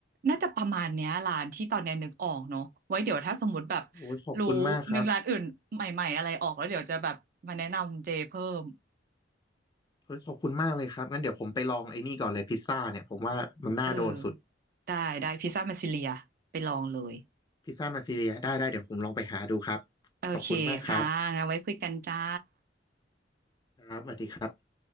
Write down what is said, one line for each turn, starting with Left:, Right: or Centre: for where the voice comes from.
Right: น่าจะประมาณเนี้ยร้านที่ตอนเนี้ยนึกออกเนอะไว้เดี๋ยวถ้าสมมติแบบ
Left: โอ้ยขอบคุณมากครับ
Right: รู้นึกร้านอื่นใหม่ๆอะไรออกแล้วเดี๋ยวจะแบบมาแนะนำเจเพิ่ม
Left: เฮ้ยขอบคุณมากเลยครับงั้นเดี๋ยวผมไปลองไอ้นี่ก่อนเลยพิซซ่าเนี่ยผมว่ามันน่าโดนสุด
Right: เออได้ได้พิซซ่ามาซิเลียไปลองเลย
Left: พิซซ่ามาซีเรียได้ได้เดี๋ยวผมลองไปหาดูครับ
Right: โอเคค่ะงั้นไว้คุยกันจ้า
Left: ขอบคุณมากครับครับสวัสดีครับ